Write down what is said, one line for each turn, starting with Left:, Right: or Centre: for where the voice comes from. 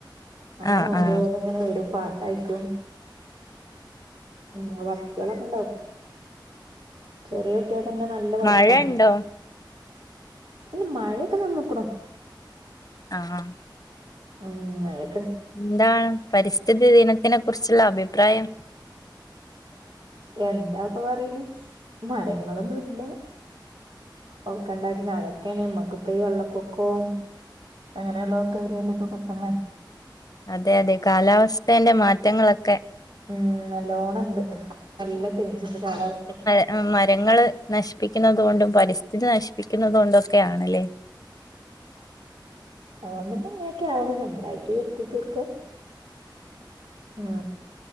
Right: അങ്ങനെ
Left: ആഹ് ആഹ്
Right: ഓരോന്ന്ങ്ങനെ
Left: ആഹ്
Right: വരും പാട്ടായിറ്റും ഉം വർക്കേളൊക്കെണ്ടാവു ചെറിയ കുട്ട്യേൾക്കെന്നെ നല്ല വർക്കാണേ
Left: മഴ ഉണ്ടോ
Right: ഇന്ന്മഴെക്കെ നിന്ന്ക്ക്ണു
Left: ആഹ് ആഹ്
Right: ഉം മര
Left: ന്താണ് പരിസ്ഥിതി ദിനത്തിനെ കുറിച്ചുള്ള അഭിപ്രായം
Right: എന്താപ്പൊ പറയ്ണ് മരങ്ങളൊന്നുല്ല ഒക്കെണ്ടാക്കണ് അതൊക്ക്യാണ് ഞമ്മക്ക്പ്പ ഈ വെള്ളപ്പൊക്കോം അങ്ങനെള്ളതൊക്കെ വരല്ലേ ഇപ്പൊ പെട്ടെന്ന്
Left: അതെ അതെ കാലാവസ്ഥേന്റെ മാറ്റങ്ങളൊക്കെ
Right: ഉം നല്ലോണണ്ട് നല്ല ചൈഞ്ച്ണ്ട് കാലാവസ്ഥ
Left: ആഹ് മരങ്ങള് നശ്പ്പിക്കുന്നുന്നത് കൊണ്ടും പരിസ്ഥിതി നശിപ്പിക്കുന്നുന്നത് കൊണ്ടും ഒക്കെ ആണല്ലേ
Right: അതോണ്ടന്നെ ഇങ്ങനെക്കെ ആവണ് ഞമ്മളായിട്ട് വരുത്തി തീർക്ക ഉം